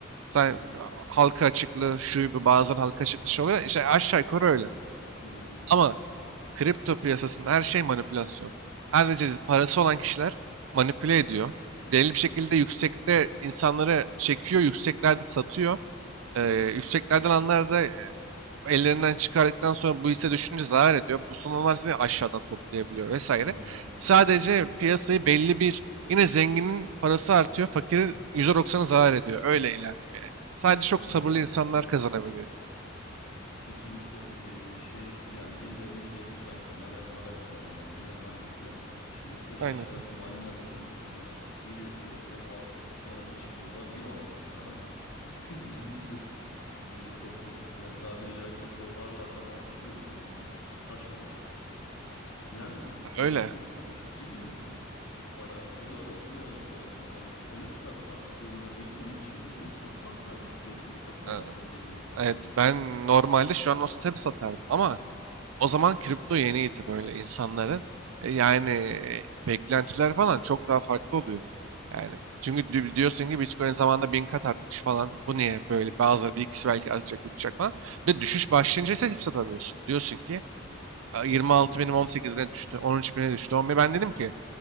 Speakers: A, on the right (about 75°); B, on the left (about 80°).
A: Sen
B: hı hı
A: halka açıklığı şu bir bazen halka açıklığı şey oluyor. İşte aşağı yukarı öyle.
B: hı hı
A: Ama kripto piyasasında her şey manipülasyon. Sadece parası olan kişiler manipüle ediyor. Belli bir şekilde yüksekte insanları çekiyor, yükseklerde satıyor. Ee,
B: hı. hı.
A: yükseklerden alanlar da e, ellerinden çıkardıktan sonra bu hisse düşünce zarar ediyor. Bu sonralar seni aşağıdan toplayabiliyor vesaire.
B: Anladım
A: Sadece piyasayı belli bir yine zenginin parası artıyor, fakirin %90'ı zarar ediyor. Öyle ilerliyor yani. Sadece çok
B: anladım
A: sabırlı
B: anladım.
A: insanlar kazanabiliyor.
B: Kesinlikle eee, şey yani birilerinin keyfi çattığında ben para kazanayım dediğinde hadi diyor. İşte üç beş
A: Aynen.
B: arkadaş balina dediğimiz insanlar giriyor piyasaya alt üst sonra bir çıkıyorlar bir alt üst daha. <laughs> Bizim gibi eee şu <laughs> yani tabiri caizse şoparlar da alkışlıyoruz yani. Saçmalık. Yani
A: Öyle.
B: dediğim gibi 2000 para dolar olsun ne olursa olsun hani 13 kat arttığında bir sene içinde bunu satmak da delilik satmamak
A: Ee,
B: da delilik aslında.
A: Evet ben normalde şu an olsa tabii satardım ama o zaman kripto yeniydi böyle insanların. E, yani e, beklentiler falan çok daha farklı oluyor. Yani çünkü di- diyorsun ki Bitcoin zamanında bin kat artmış falan. Bu niye böyle?
B: Hı hı.
A: Bazıları bir ikisi belki artacak uçacak falan. Ve düşüş başlayınca ise hiç satamıyorsun. Diyorsun ki 26
B: Hı hı.
A: binim 18 bine düştü, 13 bine düştü. 11. Ben dedim ki